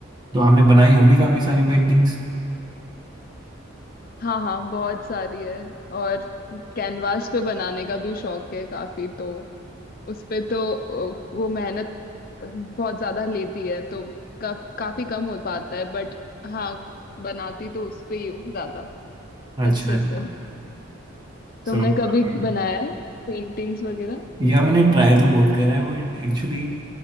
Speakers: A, on the right; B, on the left.
A: तो आपने बनाई होंगी काफी सारी पेंटिंग्स
B: हाँ हाँ बहुत सारी है और कैनवास पे बनाने का भी शौक है काफी तो उस पे तो अ, वो मेहनत बहुत ज्यादा लेती है तो का, काफी कम हो पाता है बट हाँ बनाती तो उस पे ही हूँ ज्यादा
A: अच्छा
B: अच्छे
A: अच्छा
B: से तुमने
A: समझ पा
B: कभी
A: रहा हूँ
B: बनाया है पेंटिंग्स वगैरह
A: या मैंने ट्राई तो बहुत करा है बट एक्चुअली